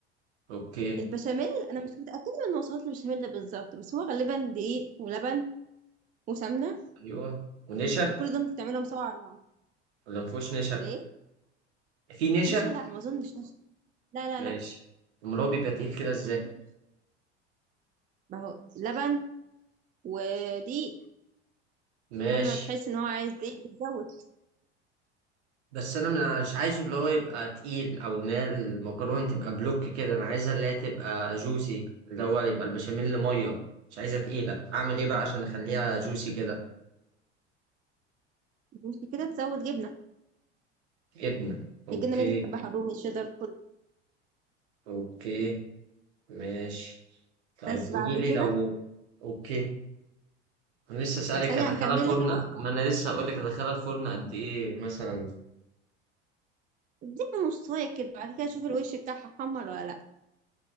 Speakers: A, on the right; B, on the right.
A: أوكي
B: البشاميل انا مش متاكده من وصفات البشاميل بالظبط بس هو غالبا دقيق ولبن وسمنه
A: أيوه ونشا
B: وكل دول بتعملهم سوا على بعض
A: ولا مفهوش نشا
B: ليه
A: في نشا
B: نشا لا ما اظنش نشا لا لا
A: ماشي
B: لا
A: أمال هو بيبقى تقيل كده إزاي
B: مفيش نشا ما هو لبن ودقيق
A: ماشي
B: كل ما تحس ان هو عايز دقيق بتزود
A: بس انا من- مش عايزه اللي هو يبقى تقيل او ان هي المكرونه تبقى بلوك كده انا عايزها اللي هي تبقى جوسي اللي هو يبقى البشاميل ميه مش عايزها تقيله اعمل ايه بقى عشان اخليها جوسي كده
B: مش كده تزود جبنه
A: ابنه اوكي
B: الجبنه اللي انت بتحبها الرومي الشيدر كله
A: اوكي ماشي طيب
B: بس
A: قولي
B: بعد
A: لي
B: كده
A: لو اوكي انا لسه سالك
B: بس ثانيه
A: هدخلها
B: هكمل
A: الفرن
B: لك الوصفه
A: ما انا لسه هقول لك هدخلها الفرن قد ايه مثلا
B: اديها نصايه كده بعد كده شوف الوش بتاعها حمر ولا لا